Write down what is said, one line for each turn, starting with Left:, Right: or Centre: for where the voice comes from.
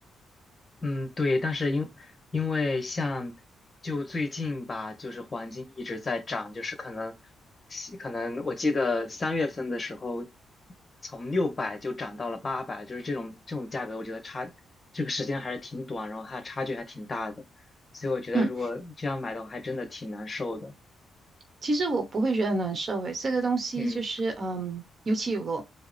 Left: 嗯，对，但是因因为像就最近吧，就是黄金一直在涨，就是可能可能我记得三月份的时候，从六百就涨到了八百，就是这种这种价格，我觉得差这个时间还是挺短，然后它差距还挺大的，所以我觉得如果这样买的话，
Right: 嗯。
Left: 还真的挺难受的。
Right: 其实我不会觉得难受诶，这个东西就是嗯有起有落。
Left: 嗯，